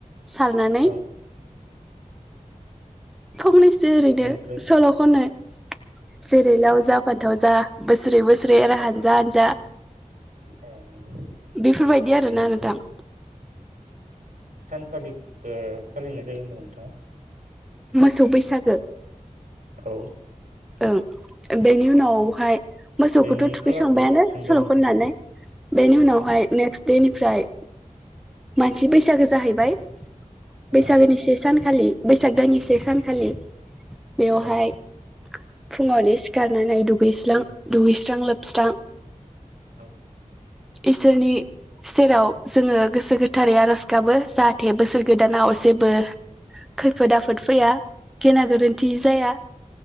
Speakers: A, in the centre; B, on the right.
A: सारनानै
B: औ
A: <unintelligible> जे ओरैनो
B: बेनिफ्राय
A: सल खननो जेरै लाव
B: औ
A: जा फानथाव जा बोसोरै बोसोरै आरो
B: औ
A: हानजा हानजा
B: नंगौ
A: बेफोरबायदि आरोना
B: बेनिफ्राय
A: नोंथां
B: लि फालिनाय जायो होनदोंमोन नोंथाङा
A: मोसौ बैसागो
B: औ
A: ओं बेनि उनावहाय मोसौखौथ
B: बेनि
A: थुखैखांबायानो
B: खालारखौ सोंदों
A: सल
B: आं माने
A: खननानै बेनि उनावहाय
B: औ
A: नेक्स्ट बेनिफ्राय मानसि बैसागो जाहैबाय बैसागोनि
B: औ
A: से सानखालि बैसाग दानि से सानखालि बेवहायत
B: औ
A: फुङावनो सिखारनानै दुगैस्रां दुगैस्रां लोबस्रां
B: औ।
A: इसोरनि सेराव जोङो गोसो गोथारै आर'ज गाबो जाहा थे बोसोर गोदानाव
B: औ
A: जेबो खैफोद आफोद फैया। गेना गोरोन्थि
B: नंगौ
A: जाया।